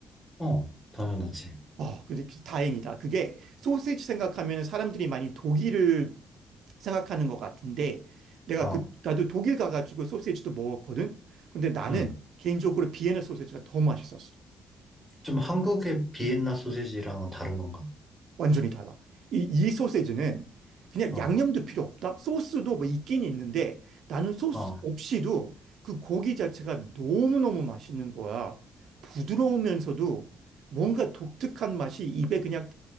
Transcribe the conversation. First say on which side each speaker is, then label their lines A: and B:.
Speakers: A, in the centre; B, on the right.
A: 어, 당연하지.
B: 어, 근데 기- 다행이다. 그게 소시지 생각하면 사람들이 많이 독일을 생각하는 것 같은데 내가
A: 어,
B: 그 나도 독일 가가지고 소시지도 먹었거든. 근데 나는
A: 음.
B: 개인적으로 비엔나 소시지가 더 맛있었어.
A: 좀 한국의 비엔나 소세지랑은 다른 건가?
B: 완전히 달라. 이, 이 소시지는 그냥
A: 어,
B: 양념도 필요 없다. 소스도 뭐 있긴 있는데 나는 소스
A: 어.
B: 없이도 그 고기 자체가 너무너무 맛있는 거야. 부드러우면서도 뭔가 독특한 맛이 입에 그냥